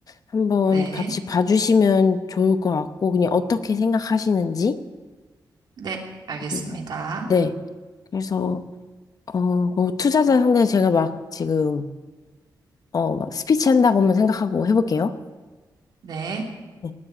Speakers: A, on the left (about 50°); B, on the right (about 70°).
A: 한번
B: 네,
A: 같이 봐주시면 좋을 것 같고, 그냥 어떻게 생각하시는지.
B: 네, 알겠습니다.
A: 그리고, 네. 그래서, 어, 그럼 투자자 상대 제가 막 지금, 어, 막 스피치 한다고만 생각하고 해볼게요.
B: 네,
A: 네.